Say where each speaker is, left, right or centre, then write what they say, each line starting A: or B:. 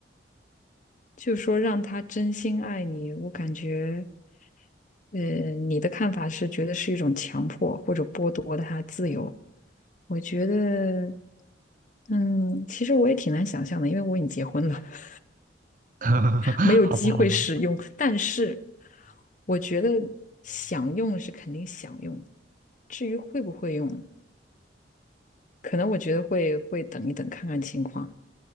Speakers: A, on the left (about 40°); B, on the right (about 45°).
A: 就是说让他真心爱你，我感觉。呃，你的看法是觉得是一种强迫或者剥夺他自由？我觉得，嗯，其实我也挺难想象的，因为我已经结婚了，<laughs>
B: <laughs>
A: 没有机会使用。
B: 好吧好吧，
A: 但是，我觉得想用是肯定想用，至于会不会用，可能我觉得会会等一等看看情况。